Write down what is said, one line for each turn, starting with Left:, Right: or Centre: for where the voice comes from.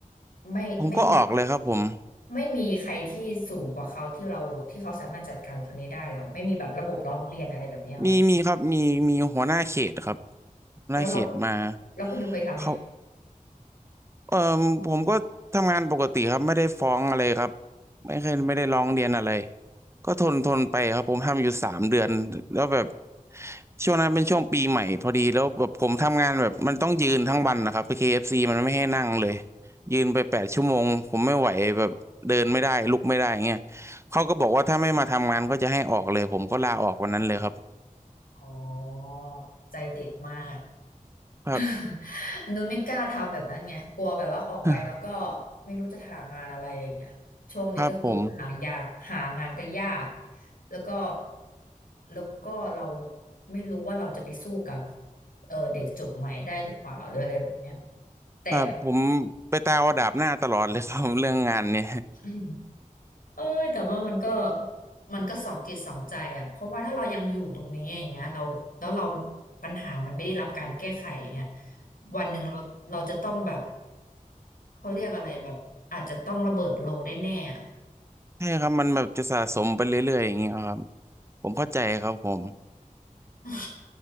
Left: ไม่ไม่
Right: ผมก็ออกเลยครับผม
Left: ไม่มีใครที่สูงกว่าเขาที่เราที่เขาสามารถจัดการคนนี้ได้เหรอไม่มีแบบระบบร้องเรียนอะไรแบบเนี้ยเหรอ
Right: มีมีครับมีมีหัวหน้าเขตครับหัวหน้าเขตมา
Left: แล้วเราแล้วคุณยูเคยทำไหม
Right: เขา เออผมก็ทำงานปกติครับไม่ได้ฟ้องอะไรครับไม่เคยไม่ได้ร้องเรียนอะไรก็ทนทนไปครับผมทำอยู่สามเดือนแล้วแบบช่วงนั้นเป็นช่วงปีใหม่พอดีแล้วแบบผมทำงานแบบมันต้องยืนทั้งวันนะครับไป KFC มันไม่ให้นั่งเลยยืนไปแปดชั่วโมงผมไม่ไหวแบบเดินไม่ได้ลุกไม่ได้เงี้ยเขาก็บอกว่าถ้าไม่มาทำงานก็จะให้ออกเลยผมก็ลาออกวันนั้นเลยครับ
Left: อ๋อใจเด็ดมาก
Right: ครับ
Left: <laughs> นุ้นไม่กล้าทำแบบนั้นไงกลัวแบบว่าออกไปแล้วก็
Right: <sighs>
Left: ไม่รู้จะหางานอะไรอย่างเงี้ยช่วงนี้ก็คือหายากหางานก็ยาก
Right: ครับผม
Left: แล้วก็แล้วก็เราไม่รู้ว่าเราจะไปสู้กับเออเด็กจบใหม่ได้หรือเปล่าหรืออะไรแบบเนี้ยแต่
Right: ครับผมไปตาวดาบหน้าตลอดเลยครับ <laughs> เรื่องงานเนี่ย
Left: <clears throat> เอ้ยแต่ว่ามันก็มันก็สองจิตสองใจอ่ะเพราะว่าถ้าเรายังอยู่ตรงนี้อย่างเงี้ยเราแล้วเราปัญหามันไม่ได้รับการแก้ไขอย่างเงี้ยวันหนึ่งเราเราจะต้องแบบเขาเรียกอะไรแบบอาจจะต้องระเบิดโลแน่ๆอะ <laughs>
Right: ใช่ครับมันแบบจะสะสมไปเรื่อยๆอย่างเงี้ยครับผมเข้าใจครับผม
Left: อืม